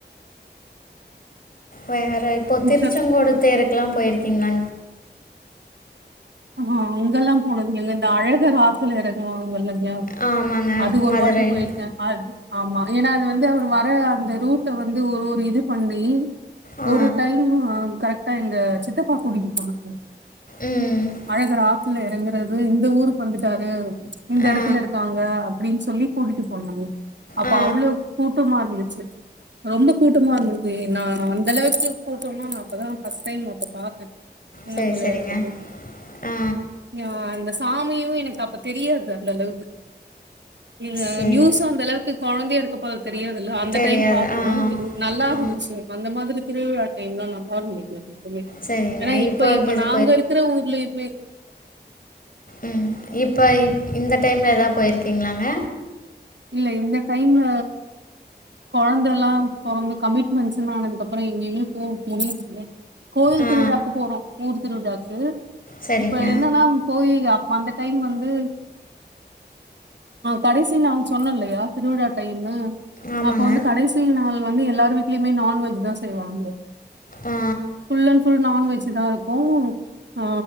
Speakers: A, on the left; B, on the right.
A: வேற இப்போ
B: இந்த
A: திருச்செங்கோடு தேருக்கெல்லாம் போயிருகே கீங்களா
B: ஆஹ் அங்கெல்லாம் போனதுயில்லங்க அழக அத்துல இறங்குவங்கால ம்
A: ஆமாங்க
B: அது ஒருவாட்டி
A: மதுரையில்
B: போயிருக்கேன் அ ஆமா ஏனா அதுவந்து அவர் வர அந்த ரூட்ட வந்து ஒருஒரு இது பண்ணி
A: ஆ
B: ஒரு டைமு கரெட் எங்க சித்தப்பா கூட்டியிட்டு போனாரு
A: உம்
B: அழகர் ஆத்துல இறங்குறது இந்த ஊருக்கு வந்துட்டாரு இந்த
A: ஆ
B: இடதுல இருக்காங்க அப்டின்னு சொல்லி கூட்டிட்டு போனாரு அப்ப
A: ஆ
B: அவுளே கூட்டமா இருத் ச்சி ரொம்ப கூடமா இருந்துச்சு நான் அந்த அளவுக்கு கூட்டம்னா நான் அப்பதான் ஃபஸ்ட் டைம் அப்ப பாத்தேன் சின்ன
A: சரி
B: புள்ளயா
A: சரிங்க
B: இருக்கப்போ
A: ஆ
B: யா அந்த சாமியும் எனக்கு அப்ப தெரியாது அந்த அளவுக்கு இல்ல
A: சரி
B: நியூஸ் அந்த அளவுக்கு குழந்தயா இருக் இப்ப தெரியாதுல அந்த
A: தெரியாது
B: டைம் பாத்தூம்
A: ஆ
B: நல்லாயிருந்துச்சு
A: ஆ
B: அந்த மாரி திருவுல டைம் ல நல்லாயிருந்தாது
A: சரிங்க
B: ஏன்னா இப்ப இப்போ
A: இது
B: நாங்க இருக்குற ஊர் பிலிப் பிலி
A: உம் இப்ப இந்த டைம்ல ஏதாவுப் போயிருக்கீங்களாங்க
B: இல்ல இந்த டைம்ல குழந்த எல்லாம் போரந்து கமிட்மெண்ஸ்ன்னு ஆனதுக்கப்பறம் எங்கயுமே போக முடியலங்க கோயில்
A: ஆ
B: திருவிழாக்கு போனோம் ஊர் திருவிழாக்கு
A: சரிங்க
B: இப்ப என்னனா போயி அந்த டைம் வந்து கடசி நாள் சொன்ன இல்லயா திருவிழா டைன்னு
A: ஆமாங்க
B: அப்ப வந்து கடைசி நாள் வந்து எல்லார் வீட்டுலயுமே நான்வெஜ் தான் செய்வாங்க
A: ஆ
B: ஃபுல்ன் புஃல் நான்வெஜ் தான் இருக்கும்ஹ